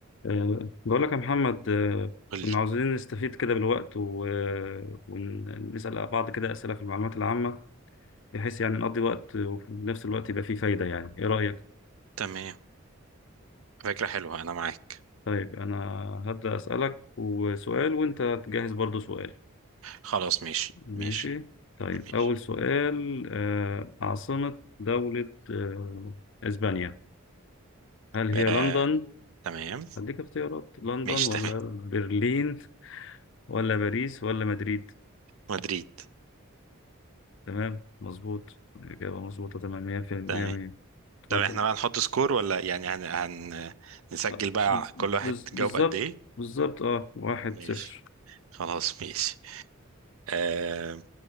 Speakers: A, on the left; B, on the right.
A: أه بقول لك يا محمد أه
B: قول
A: كنا
B: لي
A: عاوزين نستفيد كده بالوقت و- أه، ونسأل بعض كده أسئلة في المعلومات العامة بحيث يعني نقضي وقت وفي نفس الوقت يبقى فيه فايدة يعني إيه رأيك؟
B: تمام فكرة حلوة أنا معاك
A: طيب أنا هبدأ أسألك وسؤال وأنت تجهز برضو سؤال
B: خلاص ماشي
A: ماشي
B: ماشي
A: طيب
B: ماشي
A: أول سؤال أه عاصمة دولة أه إسبانيا هل هي
B: آه،
A: لندن؟
B: تمام
A: هديك اختيارات لندن
B: ماشي
A: ولا
B: <laughs> تمام
A: برلين ولا باريس ولا مدريد؟
B: مدريد
A: تمام مظبوط الإجابة مظبوطة تمام مية في المية
B: تمام
A: مية اتفضل
B: طب احنا بقى نحط سكور ولا يعني هن... هن... نسجل
A: آه،
B: بقى كل واحد
A: بز- بالظبط
B: جاوب قد ايه
A: بالظبط اه واحد
B: ماشي
A: صفر
B: خلاص ماشي آه،